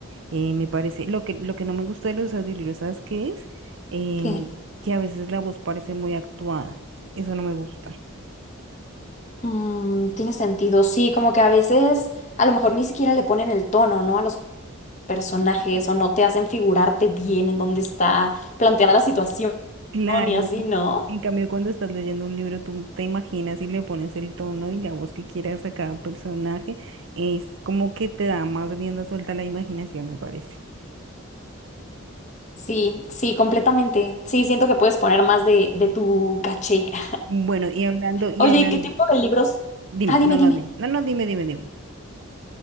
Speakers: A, on the right (about 60°); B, on the left (about 35°).
A: Eh, me parece, lo que, lo que no me gusta de los audiolibros, ¿sabes qué es? Em,
B: Que
A: que a veces la voz parece muy actuada. Eso no me gusta.
B: mm, tiene sentido, sí, como que a veces a lo mejor ni siquiera le ponen el tono, ¿no? A los personajes o no te hacen figurarte bien en dónde está planteada la situación
A: Claro.
B: y así, ¿no?
A: En cambio, cuando estás leyendo un libro, tú te imaginas y le pones el tono y la voz que quieras a cada personaje. Es como que te da más rienda suelta a la imaginación, me parece.
B: Sí, sí, completamente. Sí, siento que puedes poner más de, de tu caché. <laughs>
A: Bueno, y hablando, y
B: Oye,
A: hablando,
B: ¿y qué tipo de libros?
A: dime,
B: Ah, dime,
A: no, no,
B: dime.
A: di- no, no, dime, dime, dime.